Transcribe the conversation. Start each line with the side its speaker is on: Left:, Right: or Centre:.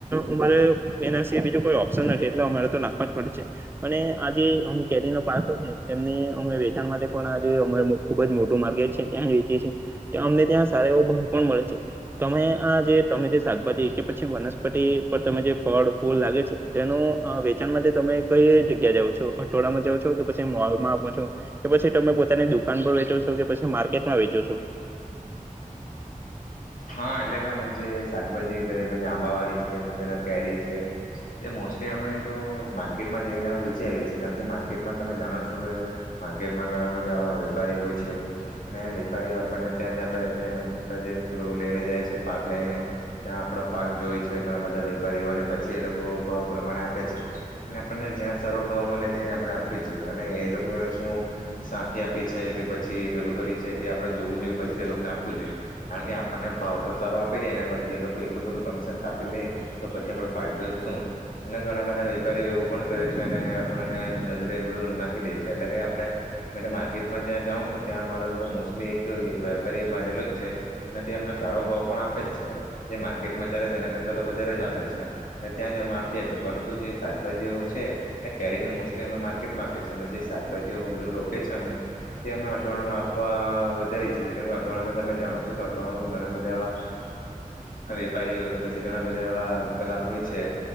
Right: અમારે એના સ બીજું કોઈ ઓપ્શન નથી એટલે અમારે તો નાખવા જ પડે છે અને આ જે અ કેરીનો પાક હોય છે એમને અમે વેચાણ માટે અ ખુબ જ મોટું માર્કેટ છે ત્યાં વેચીએ છીએ અમને ત્યાં સારા એવો ભાવ પણ મળે છે તમે આ જે તમે જે શાકભાજી કે પછી વનસ્પતિ પર તમે જે ફળ ફૂલ લાગે છે તેનું વેચાણ માટે તમે કઈ જગ્યા જાઓ છો ખટોળામાં જાાવ છો કે પછી મોલમાં આપો છો કે પછી તમે પોતાની દુકાન પર વેચો છો કે પછી માર્કેટમાં વેચો છો
Left: હા એટલે ગમે જે શાકભાજી પછ આંબા વાળી છે અને જેના કેરી છે તે મોસ્ટલી અમે તો માર્કેટમાં જઈને અમે વેચી આવીએ છીએ કારણ કે માર્કેટમાં તમે જાણો છો કે માર્કેટમાં ઘણા બધા વેપારી હોય છે અને વેપારી વાપરને ત્યાં જ આપણે જે પલું લઈને જાય છે પાક લઈને ત્યાં આપણા પાક જોય છે ઘણા બધા વેપારીઓને પછી એ લોકો ભાવ પ્રમાણે આપે છે અને આપણને જ્યાં સર્વ ભાવ મળે તે જ આપણે આપવી જ જોઈએ અને એ લોકોએ શું સાંખી આપી છે કે પછી પેલું કરી છે તે આપણે જોવું જોઈએ પછી જ એ લોકોને આપવું જોઈએ કારણ કે આપને ભાવ તો સારો આપી દે પછી એ લોકો એટલું બધું કમિશન કાપી લે તો પછી આપડો ફાયદો જ શું એટલે ઘણા બધા વેપારીઓ એવું પણ કરે છે અને આપણને નજરે બું નાખી દે છે એટલે કે આપ માર્કેટમાં જ્યાં જાઉં છું ત્યાં અરોમ મોસ્ટલી એક વેપારી બાંધેલો જ છે ને તે અમને સારો ભાવ પણ આપે જ છે તે માર્કેટમાં ચાલે છે તેના કરતાં તો વધારે જ આપે છે એમ ને ત્યાં જ અમે આપીએ છીએ પરંતુ જે શાકભાજીઓ છે ને કેરીનું મોસ્ટલી અમે માર્કેટમાં આપીએ છીએ ને જે શાકભાજીઓ બધું રોપએ છીએ અમે તે અમે અટવાડામાં આપવા વધારી છીી કારણ કે અટવાડામાં તમે જાણો છો અથવામાં ઘણા બધા એવા વેપારીઓય કે પછી ઘણા બધા એવા પેલા હોય છે